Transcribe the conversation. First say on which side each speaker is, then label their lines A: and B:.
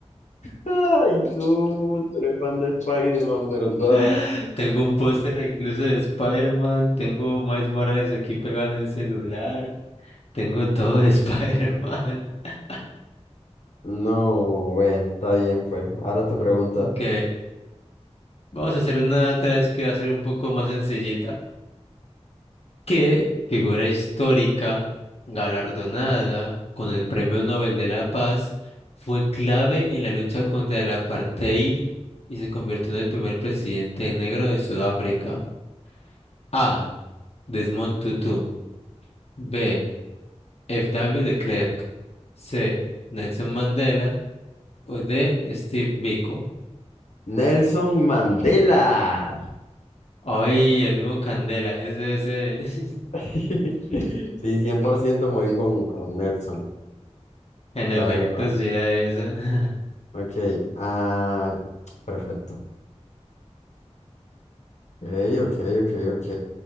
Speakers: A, on the left (about 85°); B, on the left (about 60°).
A: Ay, tú, tú eres fan de Spider-Man, ¿verdad?
B: <laughs> Tengo un póster incluso de Spider-Man. Tengo Miles Morales aquí pegado en el celular. Tengo todo de Spider-Man. <laughs>
A: No, bueno, está bien, pues. Ahora tu pregunta.
B: Ok. Vamos a hacer una otra vez que va a ser un poco más sencillita. que figura histórica, galardonada con el Premio Nobel de la Paz, fue clave en la lucha contra el apartheid y se convirtió en el primer presidente negro de Sudáfrica. A. Desmond Tutu. B. F W de Klerk. C. Nelson Mandela. O D. Steve Biko.
A: Nelson Mandela.
B: Ay, el mismo Candela, ese, ese. <laughs>
A: <laughs> Sí, 100% me voy con, con Nelson,
B: En efecto,
A: la verdad.
B: sí era esa. <laughs>
A: Ok, ah, perfecto. Ok, ok, ok, ok.